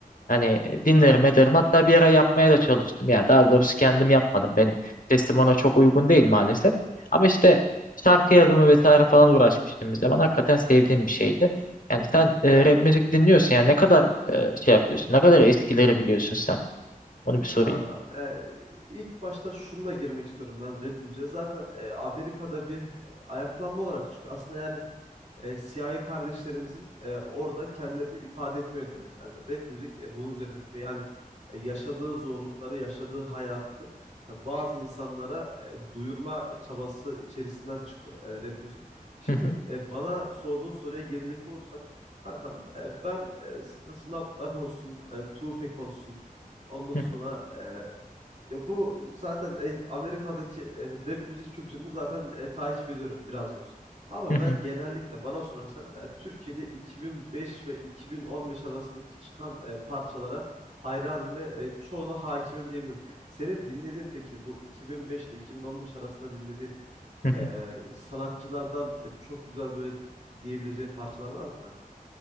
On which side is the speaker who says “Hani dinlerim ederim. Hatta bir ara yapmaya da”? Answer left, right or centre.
Left